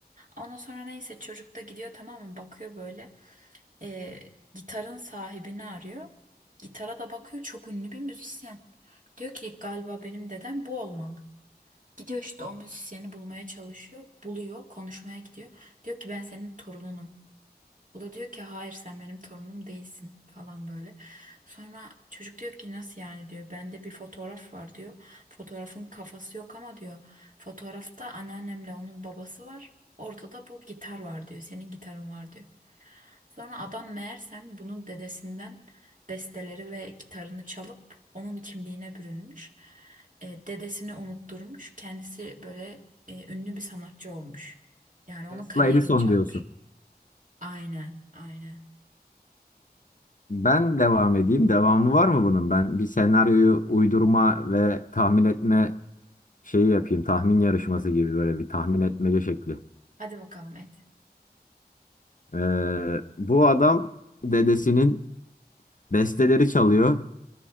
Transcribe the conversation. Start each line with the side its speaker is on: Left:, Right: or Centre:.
Right: Ondan sonra neyse çocuk da gidiyor tamam mı bakıyor böyle. Ee, gitarın sahibini arıyor. Gitara da bakıyor çok ünlü bir müzisyen. Diyor ki galiba benim dedem bu olmalı. Gidiyor işte o müzisyeni bulmaya çalışıyor. Buluyor konuşmaya gidiyor. Diyor ki ben senin torununum. O da diyor ki hayır sen benim torunum değilsin falan böyle. Sonra çocuk diyor ki nasıl yani diyor. Bende bir fotoğraf var diyor. Fotoğrafın kafası yok ama diyor. Fotoğrafta anneannemle onun babası var. Orada da bu gitar var diyor. Senin gitarın var diyor. Sonra adam meğersem bunun dedesinden besteleri ve gitarını çalıp onun kimliğine bürünmüş. E, dedesini unutturmuş. Kendisi böyle e, ünlü bir sanatçı olmuş. Yani onun
Left: Tesla
Right: kariyerini
Left: Edison
Right: çalmış.
Left: diyorsun.
Right: Aynen, aynen.
Left: Ben devam edeyim. Devamı var mı bunun? Ben bir senaryoyu uydurma ve tahmin etme şeyi yapayım. Tahmin yarışması gibi böyle bir tahmin etmece şekli.
Right: Hadi bakalım et.
Left: Ee, bu adam dedesinin besteleri çalıyor.